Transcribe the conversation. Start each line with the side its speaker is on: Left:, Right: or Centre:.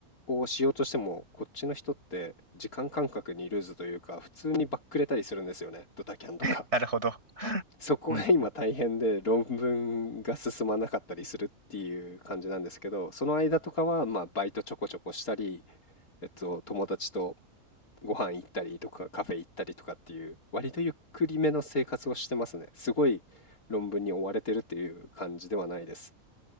Left: をしようとしても、こっちの人って時間感覚にルーズというか、普通にバックれたりするんですよね、ドタキャンとか。
Right: <laughs> なるほど。
Left: そこが今大変で論文が進まなかったりするっていう感じなんですけど、
Right: うん。
Left: その間とかはまあバイトちょこちょこしたり、えっと友達とご飯行ったりとかカフェ行ったりとかっていう割とゆっくりめの生活をしてますね。すごい論文に追われてるっていう感じではないです。